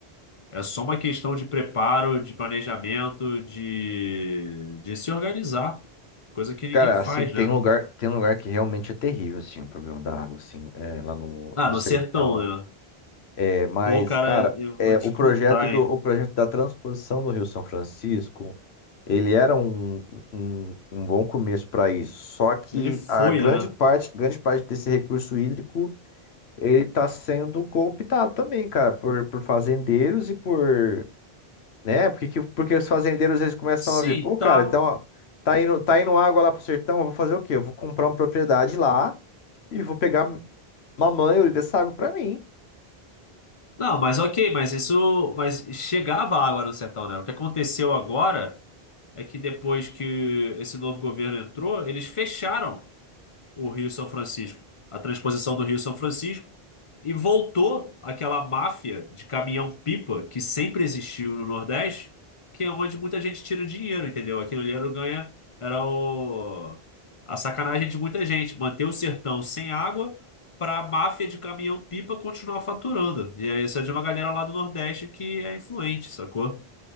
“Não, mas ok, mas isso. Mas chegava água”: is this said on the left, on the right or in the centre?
Left